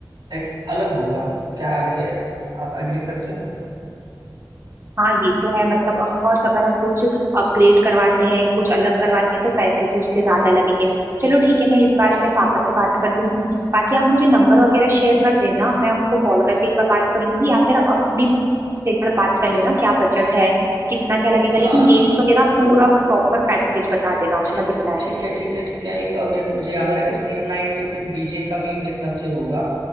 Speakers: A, on the right; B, on the right.
A: एक अलग होगा क्या ये आप एग्री करते हो
B: हाँ ये तो है मतलब ऑफ कोर्स अगर हम कुछ अपग्रेड करवाते हैं कुछ अलग करवाते हैं तो पैसे तो उसके ज्यादा लगेंगे चलो ठीक है मैं इस बारे में पापा से बात कर लूंगी बाकी आप मुझे नंबर वगैरह शेयर कर देना मैं उनको कॉल करके एक बार बात कर लूंगी या फिर आप अपनी से एक बार बात कर लेना क्या बजट है कितना क्या लगेगा लेकिन
A: हाँ
B: गेम्स वगैरह पूरा प्रॉपर पैकेज बता देना उसका
A: ठीक
B: कितना
A: है
B: है
A: ठीक है ठीक है ठीक है एक अ, मेरे- मुझे याद आ रहा है कि सेम नाइट फिर डीजे का भी मेरे ख्याल से होगा